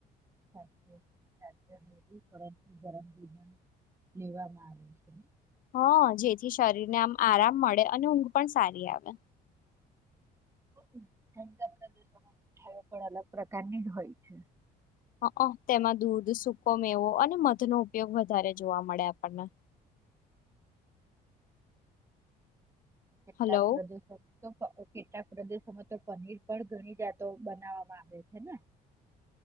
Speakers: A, on the right; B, on the left.
A: <unintelligible> લેવામાં આવે છે
B: હ જેથી શરીર ને આમ આરામ મળે અને ઊંઘ પણ સારી આવે
A: હું પણ અલગ પ્રકારની જ હોય છે
B: હક તેમાં દૂધ સુકો મેવો અને મધનો ઉપયોગ વધારે જોવા મળે આપણને
A: કેટલાક
B: હલો
A: પ્રદેશો તો કેટલાક પ્રદેશોમાં તો પનીર પણ ઘણી જાતો બનાવવામાં આવે છે ને